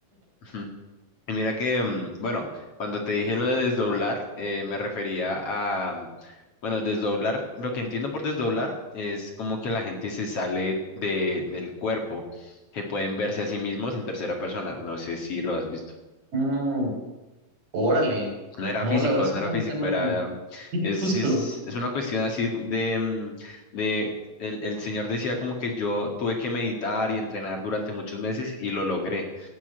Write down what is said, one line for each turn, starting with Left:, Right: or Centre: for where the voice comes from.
Left: <laughs> Y mira que, mm, bueno, cuando te dije lo de desdoblar, eh, me refería a, mm, bueno, desdoblar, lo que entiendo por desdoblar es como que la gente se sale de, del cuerpo, que pueden verse a sí mismos en tercera persona, no sé si lo has visto.
Right: Mm, órale.
Left: No era
Right: No,
Left: físico,
Right: la verdad es
Left: no
Right: que
Left: era
Right: es un
Left: físico,
Right: tema
Left: era, mm,
Right: sí,
Left: es,
Right: justo.
Left: es, es una cuestión así de, mm, de, el, el señor decía como que yo tuve que meditar y entrenar durante muchos meses y lo logré.